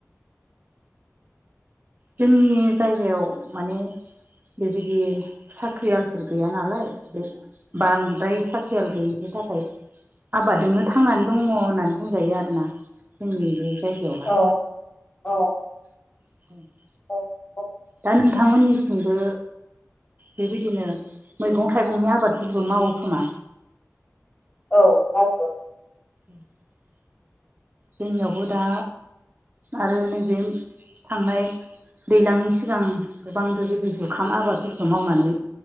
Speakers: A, on the left; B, on the right.
A: <inaudible>
B: जोंनि जायगायाव माने बेबायदि साख्रियालफोर गैया नालाय बे बांद्राय साखियाल गैयि थाखाय खाय आबादोंनो थांनानै दङ होननानै बुंजायो आरोना जोंनि बे जायगायावहा
A: औ औ
B: <unintelligible>
A: <unintelligible>
B: दा नोंथांमोननिथिंबो बेबायदिनो मैगं थाइगंनि आबादफोरबो मावोखोमा
A: औ मावो
B: <unintelligible> जोंनियावबो दा आरो नैबे थांनाय दैज्लांनि सिगां गोबां बेबायदि जुखाम आबादफोरखौ मावनानै